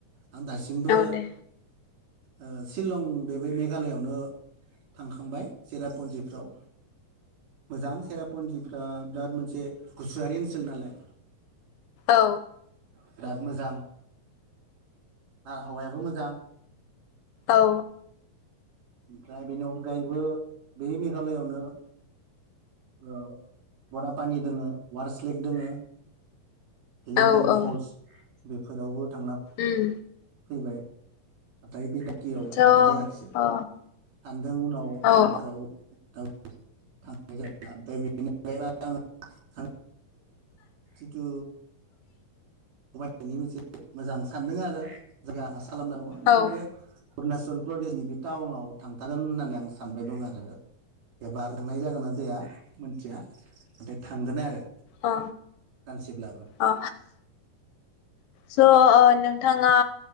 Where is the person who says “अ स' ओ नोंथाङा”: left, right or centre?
Left